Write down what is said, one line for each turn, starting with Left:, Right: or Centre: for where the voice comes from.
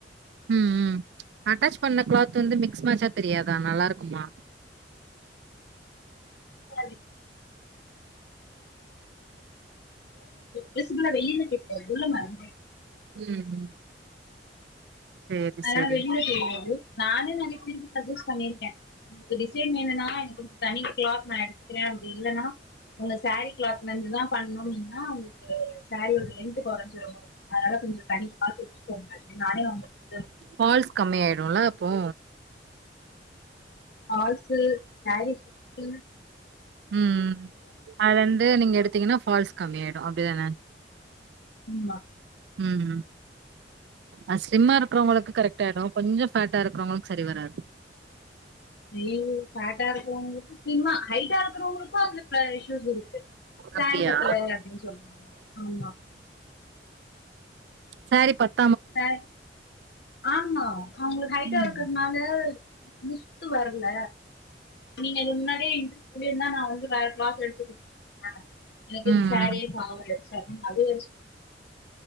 Right: ம் உம் அட்டாச் பண்ண க்ளாத் து வந்து மிக்ஸ் மேச்சா தெரியாதா நல்லா இருக்குமா
Left: <unintelligible> விசிபேளா வெளில தெரியாது உள்ள மறஞ்ருமே
Right: உம் ம் சேரி
Left: அதனால
Right: சேரி
Left: வெளில தெரியாது நானே நறையா பேருக்கு சஜஸ்ட் பண்ணிருக்கே உங்ளுக்கு டிசைன் வேணுனா எனக்கு ஒரு தனி க்ளாத் நா எடுத்க்றேன் அப்டி இல்லன்னா உங்க சேரி கிளாத்ல இருந்துதா பண்ணும் அப்டினா உங்ளுக்கு சேரியோட லென்த்து கொறஞ்சிரும் அதனால கொஞ்சோ தனி க்ளாத் வச்சுக்கோங்க அப்டின் நானே அவுங்கள்
Right: ஃபால்ஸ் கம்மி ஆயிடுள அப்போ
Left: ஃபால்சு சேரி சுத்து
Right: உம் ம் ம் அது வந்து நீங்க எடுத்தீங்கன்னா ஃபால்ஸ் கம்மி ஆயிடும் அப்டிதான
Left: ஸ்லிம்மா
Right: உம் அஸ் ஸ்லிம்மா இருக்கறவங்களுக்கு கரெக்டாயிடு கொஞ்சோ ஃபேட்டா இருக்றவங்களுக்கு சரி வராது
Left: ரியலி ஃபேட்டா இருக்றவங்களுக்கு ஸ்லிம்மா ஹைட்டா இருக்கறவங்களுக்கு அதுல பா இஷ்யூஸ் இருக்கு சேரி
Right: அப்டியா
Left: பத்தல அப்டின் சொல் ஆமா
Right: சேரி பத்
Left: சேரி ஆமா அவுங்ளு ஹைடா
Right: ம்
Left: இருக்கத்னால <unintelligible> ட்டு வர்ல நீங்கது முன்னாடியே சொல்லி இருந்தா நா வந்து வேற கிளாத் எடுத்து கொடுத்துருப்பே எனக்கு இந்
Right: ம்
Left: சாரியே
Right: ம்
Left: ஆவல அது